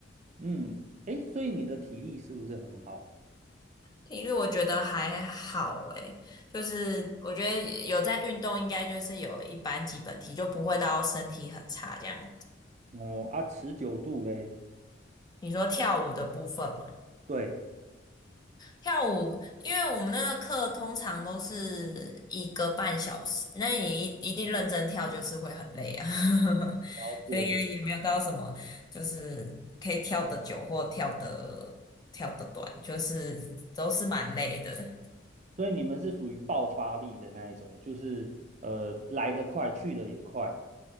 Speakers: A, on the right; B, on the left.
A: 嗯，诶，所以你的体力是不是很好啊
B: 体育我觉得还好诶，就是我觉得有在运动，应该就是有一般基本体，就不会到身体很差这样。
A: 哦啊，持久度嘞？
B: 你说跳舞的部分嘛，
A: 对，
B: 跳舞，因为我们那个课通常都是一个半小时，那你一一定认真跳就是会很累啊，<laughs>
A: 了解。
B: 所以应该也没有到什么就是可以跳得久或跳得跳得短，就是都是蛮累的。
A: 所以你们是属于爆发力的那一种，就是呃来得快，去得也快。